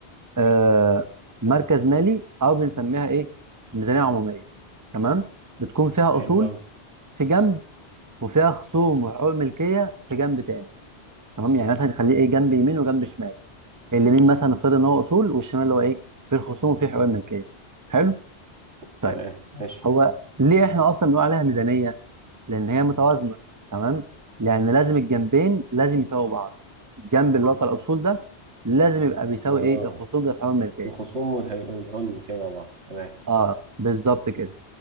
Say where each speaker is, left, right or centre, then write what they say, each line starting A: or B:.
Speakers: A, on the right; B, on the right.
A: آه، مركز مالي او بنسميها ايه ميزانيه عموميه تمام بتكون فيها
B: حلو
A: اصول
B: قوي
A: في جنب وفيها خصوم وحقوق ملكيه في جنب تاني تمام يعني مثلا نخليه ايه جنب يمين وجنب شمال اليمين مثلا نفترض ان هو اصول والشمال اللي هو ايه في الخصوم وفي حقوق الملكيه حلو طيب
B: تمام ماشي
A: هو ليه احنا اصلا بنقول عليها ميزانيه لان هي متوازنه تمام لان لازم الجنبين لازم يساووا بعض الجنب اللي هو بتاع الاصول ده لازم يبقى بيساوي
B: اه
A: ايه الخصوم بتاع حقوق الملكيه
B: الخصوم والح- والحلم كده مع بعض تمام
A: اه بالظبط كده
B: مم.